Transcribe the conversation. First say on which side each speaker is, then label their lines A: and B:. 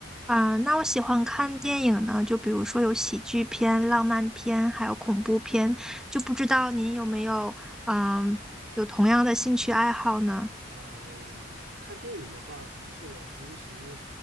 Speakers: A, in the centre; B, on the right (about 80°).
A: 嗯、那我喜欢看电影呢，就比如说有喜剧片、浪漫片，还有恐怖片，就不知道您有没有，
B: 嗯，
A: 嗯、有同样的兴趣爱好呢？
B: 嗯，看电影的话，可能是我平时，